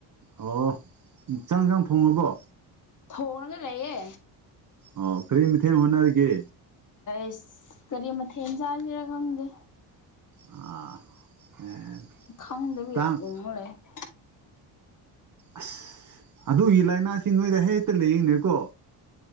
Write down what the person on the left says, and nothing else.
ꯊꯣꯉꯥꯒ ꯂꯩꯌꯦ
ꯏꯁ ꯀꯔꯤ ꯃꯊꯦ ꯏꯟꯖꯥꯖ ꯆꯔ ꯈꯪꯗꯦ
ꯈꯪꯗꯕꯤ
ꯎꯔꯦ <unintelligible> <inaudible>